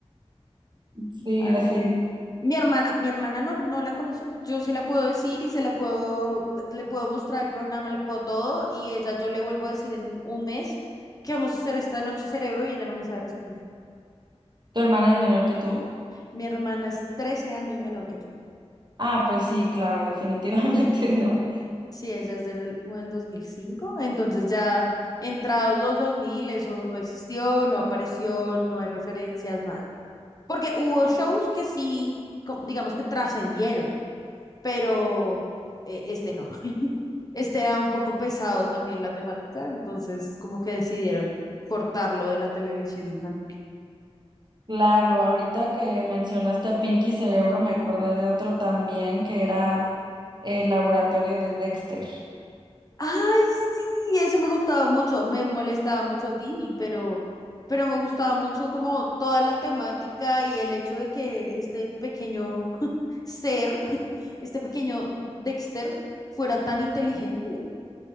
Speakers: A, on the right (about 40°); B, on the left (about 35°).
A: Sí,
B: Ay.
A: así es.
B: Mi hermana, mi hermana no, no la conoce. Yo se la puedo decir y se la puedo, le puedo mostrar el programa, le puedo todo, y ella yo le vuelvo a decir en un mes que vamos a hacer esta noche cerebro y ella no me sabe responder.
A: ¿Tu hermana es menor que tú?
B: Mi hermana es trece años menor que yo.
A: Ah, pues sí, claro, definitivamente <laughs> no.
B: Sí, ella es del, como del 2005, entonces ya entrados los 2000 eso no existió, no apareció, no hay referencias, nada. Porque hubo shows que sí, co- digamos que trascendieron pero eh, este no. <laughs> Este era un poco pesado también la temática, entonces como que decidieron cortarlo de la televisión infantil.
A: Claro, ahorita que mencionaste a Pinky Cerebro, me acordé de otro también que era el laboratorio de Dexter.
B: Ay, sí, eso me gustaba mucho, me molestaba mucho Didi, pero, pero me gustaba mucho como toda la temática y el hecho de que este pequeño ser, <laughs> este pequeño Dexter, fuera tan inteligente.